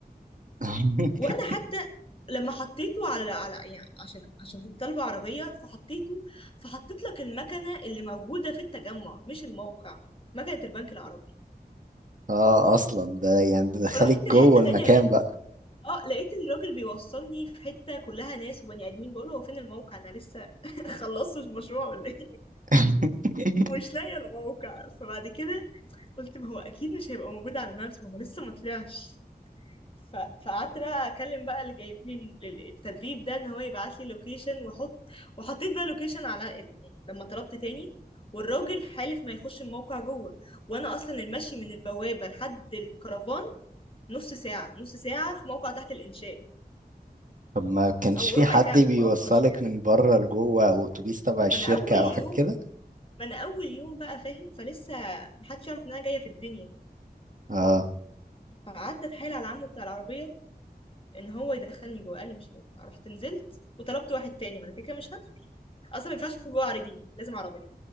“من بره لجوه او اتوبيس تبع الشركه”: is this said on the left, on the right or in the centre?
Right